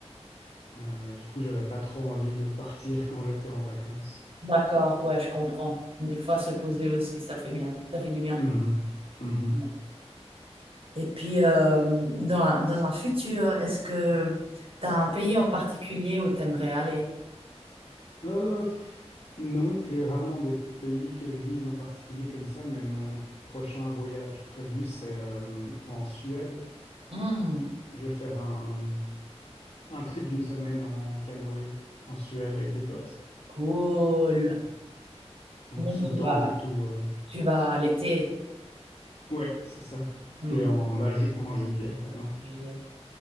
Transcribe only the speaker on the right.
D'accord, ouais, je comprends. Des fois, se poser aussi, ça fait bien. Ça fait du bien.
Ouais. Et puis, euh, dans un, dans un futur, est-ce que tu as un pays en particulier où tu aimerais aller?
Hmm,
cool.
Donc,
tu
vas,
tu vas à l'été.
Hmm,
juillet.